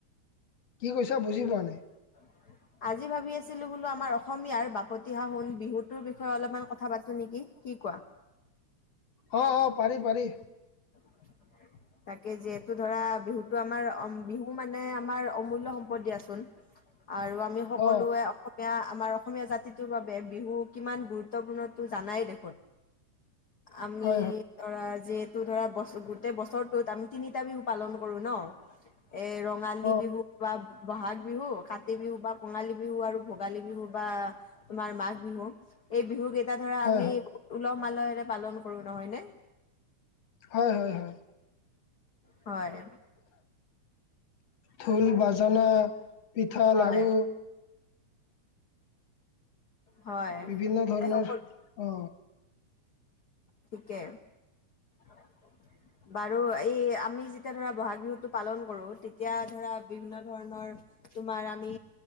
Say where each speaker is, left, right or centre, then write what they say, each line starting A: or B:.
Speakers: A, on the left; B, on the left.
A: কি কৈছা বুজি পোৱা নাই
B: <unintelligible> আজি ভাবি আছিলো বোলো আমাৰ অসমীয়াৰ বাপতি সাহোন বিহুটোৰ বিষয়ে অলপমান কথা পাতো নেকি কি কোৱা
A: অঁ অঁ পাৰি পাৰি
B: <unintelligible> তাকে যিহেতু ধৰা বিহুতো আমাৰ বিহু মানে আমাৰ অমূল্য সম্পদ দিয়াচোন <unintelligible> আৰু আমি সকলোৱে
A: অ
B: অসমীয়া আমাৰ অসমীয়া জাতিটোৰ বাবে বিহু কিমান গুৰুত্বপূৰ্ণ তো জানাই দেখোন আমি
A: হয় হয়
B: ধৰা যিহেতু ধৰা বছৰ গোটেই বছৰটোত আমি তিনিটা বিহু পালন কৰো ন এ ৰঙালী
A: অ
B: বিহু বা বহাগ বিহু কাতি বিহু বা কঙালী বিহু আৰু ভোগালী বিহু বা তোমাৰ মাঘ বিহু এই বিহু কেইটা ধৰা
A: হয়
B: আমি
A: হয়
B: উলহ মালহেৰে পালন কৰো নহয়নে
A: হয় হয় হয়
B: হয়
A: ঢোল বাজনা পিঠা
B: হয়।
A: লাৰু
B: হয়
A: বিভিন্ন ধৰণৰ
B: এইসকল
A: অ
B: ঠিকে <unintelligible> বাৰু এই আমি যেতিয়া ধৰা বহাগ বিহুটো পালন কৰো তেতিয়া ধৰা বিভিন্ন ধৰণৰ তোমাৰ আমি